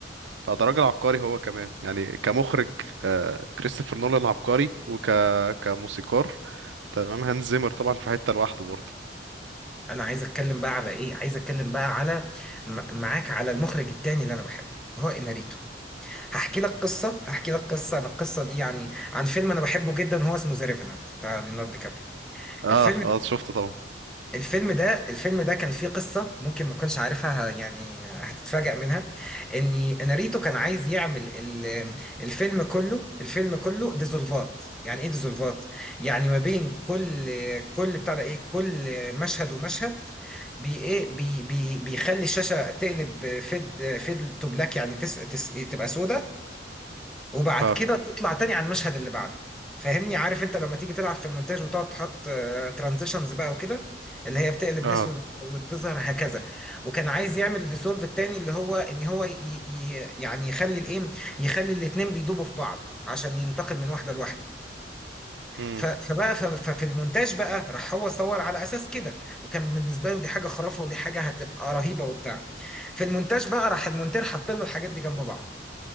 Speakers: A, on the right; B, in the centre.
A: فده راجل عبقري هو كمان يعني كمخرج آه، كريستوفر نولان عبقري وك كموسيقار تمام هانز زيمر طبعا في حتة لوحده برضه
B: انا عايز اتكلم بقى على ايه عايز اتكلم بقى على م- معاك على المخرج التاني اللي انا بحبه هو اناريتو هحكي لك قصه هحكي لك قصه انا القصه دي يعني عن فيلم انا بحبه جدا هو اسمه ذا ريفينانت بتاع ليوناردو دي كابريو
A: اه
B: الفيلم
A: اه شفته طبعا
B: الفيلم ده الفيلم ده كان فيه قصة ممكن ما تكونش عارفها ه- يعني هتتفاجأ منها ان ناريتو كان عايز يعمل ال- الفيلم كله الفيلم كله ديزولفات يعني ايه ديزولفات يعني ما بين كل كل بتاع ده ايه كل مشهد ومشهد بي ايه بي بي بيخلي الشاشة تقلب فيد فيد تو بلاك يعني تس تس تبقى سودة وبعد
A: اه
B: كده تطلع تاني على المشهد اللي بعده فاهمني عارف انت لما تيجي تلعب في المونتاج وتقعد تحط ترانزيشنز بقى وكده اللي هي بتقلب
A: اه
B: الاسود وتظهر هكذا وكان عايز يعمل الديسولف التاني اللي هو ان هو ي... ي... يعني يخلي الايه يخلي الاتنين بيدوبوا في بعض عشان ينتقل من واحده لواحده
A: امم
B: ف... فبقى ف... ففي المونتاج بقى راح هو صور على اساس كده وكان بالنسبه له دي حاجه خرافه ودي حاجه هتبقى رهيبه وبتاع في المونتاج بقى راح المونتير حط له الحاجات دي جنب بعض